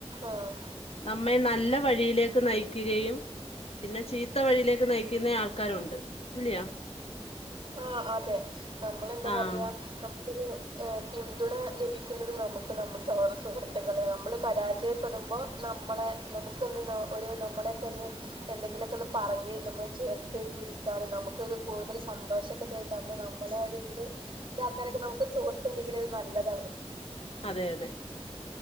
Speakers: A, on the right; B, on the left.
A: ആഹ്
B: നമ്മെ നല്ല വഴിയിലേക്ക് നയിക്കുകയും പിന്നെ ചീത്ത വഴിയിലേക്ക് നയിക്കുന്ന ആൾക്കാരുണ്ട് ഇല്ലയോ
A: ആഹ അതെ നമ്മളെന്താ
B: ആഹ്
A: പറയാ എം പിന്തുണ ലഭിക്കുന്നത് നമുക്ക് നമ്മൾ സഹോദര സുഹൃത്തുക്കൾ നമ്മൾ പരാജയപ്പെടും സംഭവം നമ്മളെ നമുക്കൊന്ന് ഒര് നമ്മളൊക്കെ ഒന്ന് എന്തെങ്കിലുമൊക്കെ ഒന്ന് പറഞ്ഞ് നമ്മൾ ചേർ ത് പിടിക്കാനും നമുക്കോര് കൂടുതൽ സന്തോഷോക്കെ തര് തന്ന് നമ്മള ഒരു ഇതിൽ ഇതാക്കാനൊക്കെ നമുക്കൊരു സുഹൃത്തുണ്ടെങ്കിലിൽ അത് നല്ലതാണ്
B: അതെ അതെ